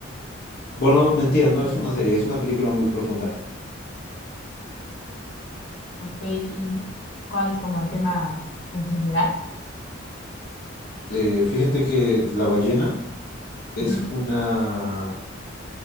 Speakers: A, on the left (about 50°); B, on the left (about 65°).
A: Bueno, no, mentira,
B: Ok.
A: no es una serie, es una película muy profunda.
B: ok. ¿Y cuál es como el tema en general?
A: Eh, fíjate que La ballena. Es
B: Ujú,
A: una,